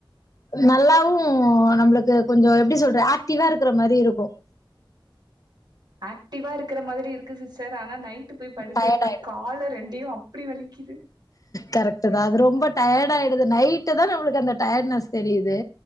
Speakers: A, on the left; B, on the right.
A: நல்லாவு நம்மளுக்கு கொஞ்சோ எப்டி சொல்றது ஆக்டிவா இருக்கற மாரி இருக்கு
B: ஆக்டிவா இருக்கிற மாதிரி இருக்கு சிஸ்டர் ஆனா நைட்டு் போய் படுக்குறப்ப
A: டயர்ட் ஆயிடு
B: காலு ரெண்டையு அப்டி வலிக்குது
A: கரெக்ட் தா அது ரொம்ப டயர்டு ஆயிடுது நைட்டு தா நம்மளுக்கு அந்த டயர்டுனஸ் தெரியுது